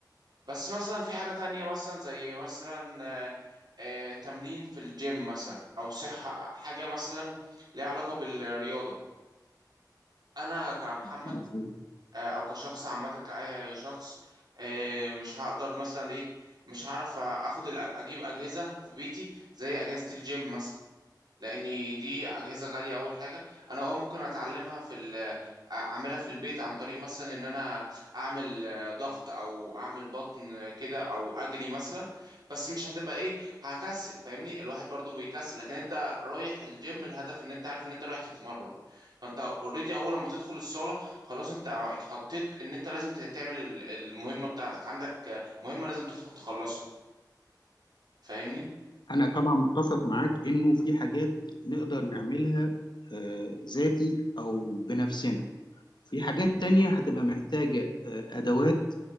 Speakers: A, on the right; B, on the left.
A: بس مثلا في حاجة تانية مثلا زي مثلا أه أه تمرين في الجيم مثلا أو صحة حاجة مثلا ليها علاقة بالرياضة أنا كمحمد
B: مظبوط
A: أه أو كشخص عامة كأي شخص أه مش هقدر مثلا إيه مش هعرف أخد الأ- أجيب أجهزة في بيتي زي أجهزة الجيم مثلا لان دي اجهزه غاليه اول حاجه انا اه ممكن اتعلمها في ال- اعملها في البيت عن طريق مثلا ان انا اعمل آه، ضغط او اعمل بطن آه، كده او اجري مثلا بس مش هتبقى ايه هكسل فاهمني الواحد برضو بيكسل لكن انت رايح الجيم الهدف ان انت عارف ان انت رايح تتمرن فانت اوريدي اول لما تدخل الصاله خلاص انت اتحطيت ان انت لازم تعمل ال- المهمه بتاعتك عندك آه، مهمه لازم تدخل تخلصها فاهمني
B: انا طبعا متفق معاك انه في حاجات نقدر نعملها آه، ذاتي او بنفسنا في حاجات تانية هتبقى محتاجة آه، ادوات